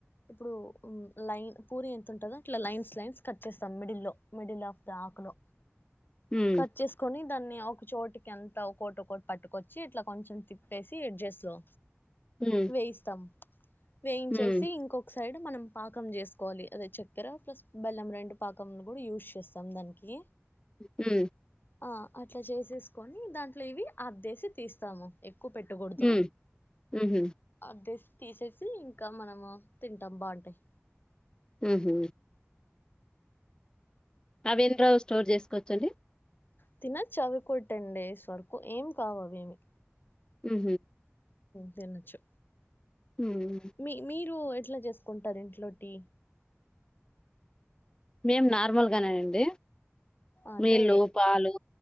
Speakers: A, on the left; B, on the left.
A: ఇప్పుడు లైన్ పూరి ఎంత ఉంటందో ఇట్లా లైన్స్ లైన్స్ కట్ చేస్తాం మిడిల్లో మిడిల్ ఆఫ్ ద ఆకు లో
B: హ్మ్
A: కట్ చేసుకొని దన్నే ఒక చోటికి ఎంత ఒకటి ఒకటి పట్టుకొచ్చి ఇట్లా కొంచెం తిప్పేసి ఎడ్జెస్లో
B: హ్మ్
A: వెయిస్తతం వేయించేసి
B: హ్మ్
A: ఇంకొక సైడ్ మనం పాకం చేసుకోవాలి అదే చక్కెర ప్లస్ బెల్లం రెండు పాకంలు కూడా యూస్ చేస్తాం దానికి
B: హ
A: ఆ అట్లా చేసే కొని దాంట్లో ఇవి ఆద్దేసి తీస్తాము కు పెట్టుకూడదు
B: హ్మ్ హుహు
A: అదే తీసేసి ఇంకా మనము తింటాం బాగుంటాయి
B: హ్మ్మ్ రవీంద రావు స్టోర్ చేసుకోవచ్చండి
A: తినచ్చ చవి కొట్టం డేస్ వరకు ఏం కావవేమి
B: ఉ
A: తన్నచ్చు
B: హ్మ్
A: మీ మీ రు ఎట్లా చేసుకుంటారు ఇంట్లోటి
B: మేం నార్మల్ గానే అండి
A: అంటే
B: నీళ్ళు పాలు